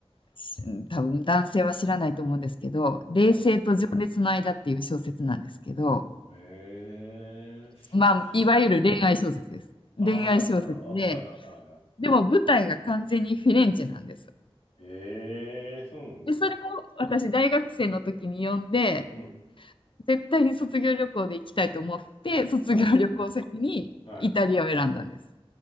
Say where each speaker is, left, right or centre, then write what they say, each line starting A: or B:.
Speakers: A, on the left; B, on the left.
A: し多分男性は知らないと思うんですけど、冷静と情熱の間っていう小説なんですけど、
B: はい。ええー、し、
A: まあ、
B: 知らん。
A: いわゆる恋愛小説です。
B: あーあ、
A: 恋愛小説で、
B: ああ、はい、はい、はい。はい
A: でも舞台が完全にフィレンチェなんです。
B: ええー、そうなんですか。
A: で、それを私、大学生の時に読んで、
B: うん。
A: 絶対に卒業旅行で行きたいと思って、卒業旅行先にイタリアを選んだんです。
B: はい、はい。